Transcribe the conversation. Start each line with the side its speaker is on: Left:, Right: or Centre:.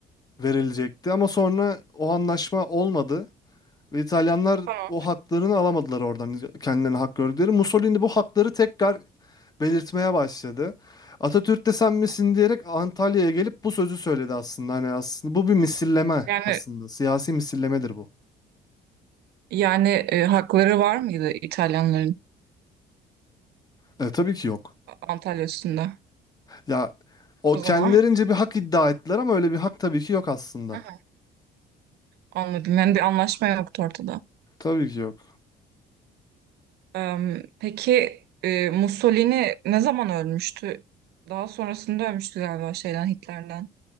Left: verilecekti ama sonra o anlaşma olmadı ve İtalyanlar
Right: Tamam.
Left: o haklarını alamadılar oradan kendilerine hak gördükleri. Mussolini bu hakları tekrar belirtmeye başladı. Atatürk de sen misin diyerek Antalya'ya gelip bu sözü söyledi aslında. Hani aslında bu bir misilleme
Right: Yani
Left: aslında. Siyasi misillemedir bu.
Right: yani e, hakları var mıydı İtalyanların?
Left: E, tabii ki yok.
Right: Antalya üstünde.
Left: Ya o
Right: O
Left: kendilerince
Right: zaman
Left: bir hak iddia ettiler ama öyle bir hak tabii ki yok aslında.
Right: Hı hı. anladım. Yani bir anlaşma yoktu ortada.
Left: Tabii ki yok.
Right: Em, peki e, Mussolini ne zaman ölmüştü? Daha sonrasında ölmüştü galiba şeyden Hitler'den.